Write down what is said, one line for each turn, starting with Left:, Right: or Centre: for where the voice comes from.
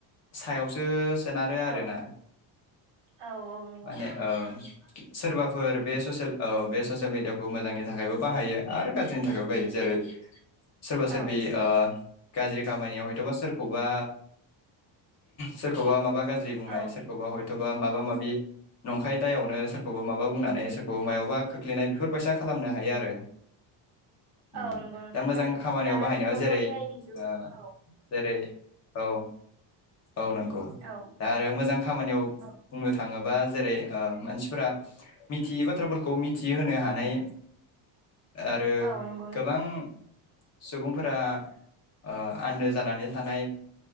Left: सायावसो सोनारो आरो आरोना
Right: औ औ औ नंगौ
Left: माने
Right: नोंथां
Left: ओ सोरबाफोर बे ससेनल ओ बे ससियेल मिडियाखौ मोजांनि थाखायबो बाहायो आरो गाज्रिनि थाखायबो बाहायो जेरै सोरबा सोरबि
Right: औ
Left: ओ गाज्रि खामानियाव हयथबा सोरखौबा सोरखौबा माबा गाज्रि बुंनाय
Right: औ
Left: सोरखौबा हय गोबा माबा माबि नंखाय दायावनो सोर मब' माबा बुंनानै स अब मायावबा
Right: औ
Left: खोख्लैनाय बेफोर फैसा खालामनो हायो आरो उम
Right: औ नंगौ नोंथां
Left: दा मोजां
Right: थारैनो
Left: खामानियाव
Right: दानि
Left: बाहायनायाव
Right: जुगावथ'
Left: जेरै
Right: ए आइ नि जुग
Left: ओ
Right: औ
Left: जेरै औ औ नोंगौ
Right: औ
Left: दा आरो मोजां खामानियाव
Right: औ
Left: बुंनो थाङो बा जेरै ओ मानसिफोरा मिथियै बाथ्राफोरखौ मिथिहोनो हानाय आरो
Right: औ नंगौ
Left: गोबां
Right: नोंथां
Left: सुबुंफोरा ओ आन्दो जानानै थानाय